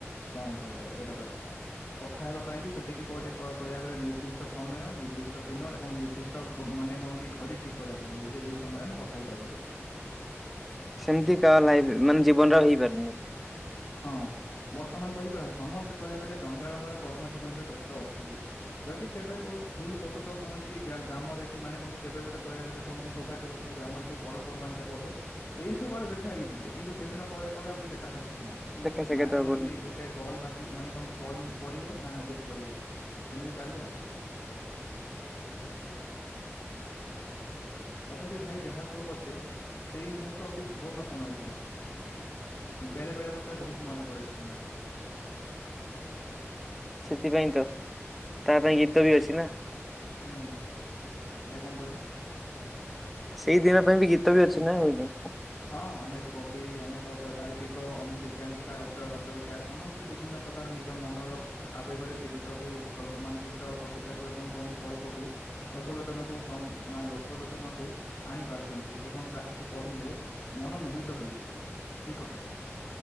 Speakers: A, on the left (about 50°); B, in the centre.
A: କଣ କରିବା ସେଟା ତ କଥା। କଥା ହେବା ପାଇଁ ବି ସେତିକି ଗୋଟେ କ କହିବାକୁ ଗଲେ ନିର୍ଦ୍ଦିଷ୍ଟ ସମୟ ନିର୍ଦ୍ଦିଷ୍ଟ ଦିନ ଏବଂ ନିର୍ଦ୍ଦି ତ ଘ ମାନେ କଣ କି ଘଡି ଠିକ୍ କରିବାକୁ ପଡୁଛି ଯେ ଏଇ ସମୟ ମୁ କଥା ହେଇପାରୁୁ ବୋ
B: ସେମିତି କା ଲାଇଫ ମାନେ ଜୀବନରେ ଆଉ ହେଇପାରୁନି।
A: ହଁ ବର୍ତ୍ତମାନ କହିଲି ପରା ସମସ୍ତେ କହିବାକୁ ଗଲେ ଜଞ୍ଜାଳମୟ କର୍ମ ଜୀବନରେ ବ୍ୟସ୍ତ ଅଛନ୍ତି। ଯଦି କେବେ କଉ ଭୁଲ ବସତ କୌଣସି ଗା ଗ୍ରାମରେ କି ମାନେ କଣ କି କେବେ ଗୋଟେ କହିବା ଗଲେ। କଣ କି ସୌଭାଗ୍ୟବସତ ଗ୍ରାମରେ ଯଦି ପରପର୍ବାଣିଟେ ପଡେ। ସେଇସମୟରେ ଦେଖା ହେଇ ଯିବେ କିନ୍ତୁ ସେଦିନ ପରେ ପରେ ଆଉ ବି ଦେଖା ସାକ୍ଷାତ ନାହିଁ।
B: ଦେଖା ସାକ୍ଷାତ
A: ନା କୌଣସି
B: ହବନି
A: ଗୋଟେ କଲ୍ ବା ଚି ମାନେ କଣ କି କଲ୍ ପଡିବ ନା ମେସେଜ ପଡିବ ସେମିତି ଚାଲେ ଆଉ। ତଥାପି ଭାଇ ଯାହା କୁହ ପଛେ ସେଇ ମୁହୂର୍ତ୍ତ ଅତି ସୁବର୍ଣ୍ଣ ସମୟ ଥିଲା। ବେଳେ ବେଳେ ମତେ ବୋହୁତ ମନେ ପଡେ ସମୟଟା।
B: ସେଥିପାଇଁ ତ ତା ପାଇଁ ଗୀତ ବି ଅଛି ନା।
A: ହୁଁ ଭାଇ କଣ କହିଲ?
B: ସେଇ ଦିନ ପାଇଁ ବି ଗୀତ ବି ଅଛି ନା ହେଇନି।
A: ହଁ ଅନେକ କବି ଅନେକ ଗା-ଗାଳ୍ପିକ ଅନେକ ଏକାଙ୍କିକା ରଚ-ରଚୟିତା ସମ ସ୍ତେ ବିଭିନ୍ନ ପ୍ରକାର ନିଜ ମନର ଆବେଗରେ ସେ ଗୀତକୁ ପ୍ର ମାନେ ଗୀତ କବିତା କୁ ଏବଂ କଣକି ଗଳ୍ପ କୁ ଲୋକ ଲୋଚନକୁ ସ ମା ଲୋକ ଲୋଚନକୁ ଆଣି ପାରୁଚନ୍ତି ଏବଂ ତାହାକୁ ପଢିଲେ ମନ ମୋହିତ ହେଇଯାଏ ଏଇ କଥାଟା।